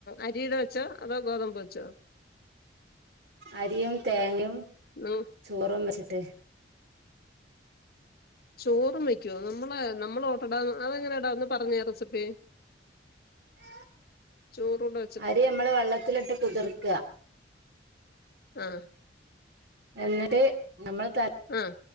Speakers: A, on the left (about 55°); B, on the right (about 60°).
A: അരിടെ വെച്ചോ അതോ ഗോതമ്പ് വെച്ചോ
B: അരിയും തേങ്ങയും
A: ഉം
B: ചോറും വെച്ചിട്ട്
A: ചോറും വക്കുവോ നമ്മളെ നമ്മൾ ഓട്ട്ടാ അതെങ്ങനെ ഇടാന്ന് പറഞ്ഞേ റെസിപ്പി
B: ഉ
A: ചോറുടെ
B: അരി നമ്മള് വെള്ളത്തിലിട്ട് കുതിർക്കുക
A: ആ
B: എന്നിട്ട് നമ്മൾ ത
A: ഉം